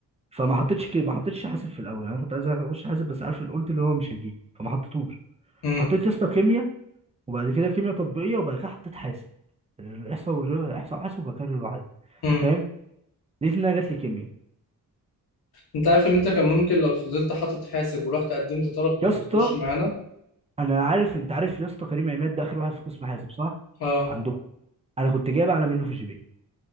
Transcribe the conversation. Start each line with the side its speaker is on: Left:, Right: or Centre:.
Right: فما حطيتش كده ما حطيتش حاسب في الاول يعني انا كنت عايز اخش حاسب بس عارف قلت اللي هو مش هيجي فما حطيتهوش
Left: امم
Right: حطيت يا اسطى كيمياء وبعد كده كيمياء تطبيقيه وبعد كده حطيت حاسب الاحصاء والرياضه الاحصاء وحاسب وبعد كده الرياضة وحاسب
Left: امم
Right: فاهم لقيت انها جات لي كيمياء
Left: انت عارف ان انت كان ممكن لو فضلت حاطط حاسب ورحت قدمت طلب كنت
Right: يا اسطى
Left: تخش معانا
Right: انا عارف انت عارف يا اسطى كريم عماد ده اخر واحد في قسم حاسب صح
Left: اه
Right: عندكم انا كنت جايب اعلى منه في الجي بي إيه.